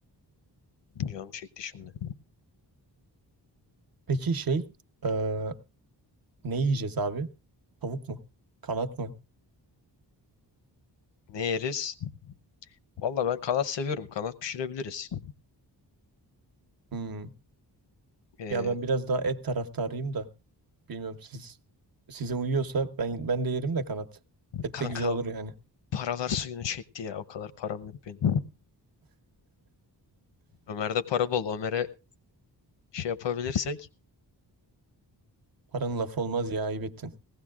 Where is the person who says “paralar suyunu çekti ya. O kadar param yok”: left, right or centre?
Left